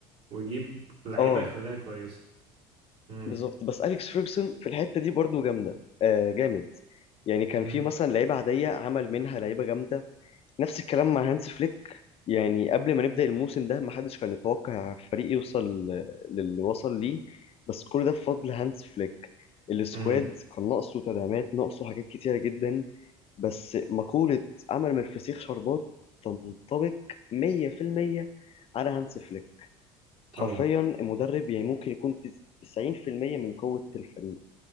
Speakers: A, on the right; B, on the left.
A: ويجيب لعيبة
B: آه
A: يخليها كويسة مم.
B: بالظبط بس أليكس فيرجسون في الحتة دي برضو جامدة آه جامد يعني كان
A: مم.
B: في مثلا لعيبة عادية عمل منها لعيبة جامدة نفس الكلام مع هانس فليك يعني قبل ما نبدأ الموسم ده ما حدش كان يتوقع فريق يوصل للي وصل ليه بس كل ده بفضل هانس فليك السكواد
A: امم
B: كان ناقصه تدعيمات ناقصه حاجات كتيرة جدا بس مقولة عمل من الفسيخ شربات تنطبق 100% على هانس فليك
A: طبعا
B: حرفيا المدرب يعني ممكن يكون 90% من قوة الفريق